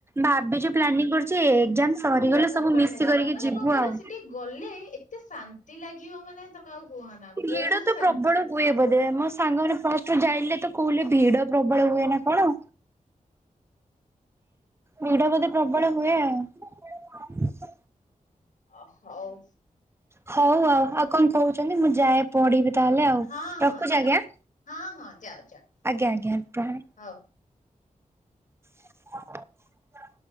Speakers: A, on the right; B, on the left.
A: ଭାବିଛୁ ପ୍ଲାନିଂ କରୁଛି ଏକ୍ଜାମ ସରିଗଲେ
B: ବହୁତ
A: ସବୁ
B: ବଢିଆ
A: ମିଶ
B: ଜାଗା
A: କରିକି
B: ମାନେ
A: ଯିବୁ
B: କଣ କହିଲ
A: ଆଉ।
B: ସେଠି ଗଲେ ଏତେ ଶାନ୍ତି ଲାଗିବ ମାନେ ତମେ ଆଉ କୁହନା ବହୁତ
A: ଏଡା ତ
B: ଶାନ୍ତି।
A: ପ୍ରବଳ ହୁଏ ବୋଧ ମୋ ସାଙ୍ଗରେ ଫଷ୍ଟୁ ଯାଇଲେ ତ ସ୍କୁଲ୍ ରେ ଭିଡ ପ୍ରବଳ ହୁଏ ନା କଣ ଭିଡ଼ ବୋଧେ ପ୍ରବଳ ହୁଏ ଆଉ।
B: ଅ ହୋଉ।
A: ହୋଉ ଆଉ। ଆଉ କଣ କହୁଛନ୍ତି, ମୁଁ ଯାଏ ପଢିବି ତାହେଲେ ଆଉ
B: ହଁ ହଁ
A: ରଖୁଛି
B: ଯାଅ
A: ଆଜ୍ଞା?
B: ହଁ ହଁ, ଯାଅ ଯାଅ।
A: ଆଜ୍ଞା ଆଜ୍ଞା, ପ୍ରଣା
B: ହଉ।
A: ହ